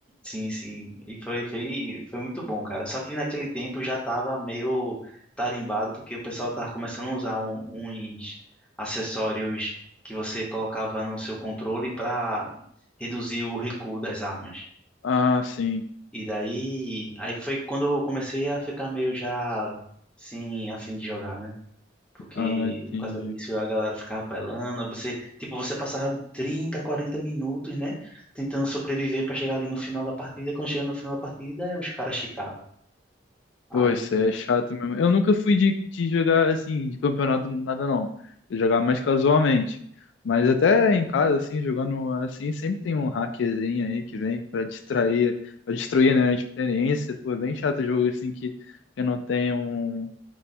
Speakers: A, in the centre; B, on the left.
A: Sim, sim. E foi, foi, foi muito bom, cara. Só que naquele tempo já tava meio tarimbado, porque o pessoal tava começando a usar um- uns acessórios que você colocava no seu controle para reduzir o recuo das armas.
B: Ah, sim.
A: E daí, aí foi quando eu comecei a ficar meio já sem a fim de jogar, né? Porque
B: Ah, entendi.
A: por causa disso a galera ficava apelando, aí você, tipo, você passava 30 40 minutos, né, tentando sobreviver pra chegar ali no final da partida, e quando chega no final da partida, é os caras cheatados. Aí,
B: Pô, isso é chato mesmo. Eu nunca fui de, de jogar assim, de campeonato, nada não. Eu jogava mais casualmente. Mas até em casa, assim, jogando assim, sempre tem um hackerzinho aí que vem pra distrair, pra destruir, né, a experiência. Pô, é bem chato jogo assim que, que não tem um,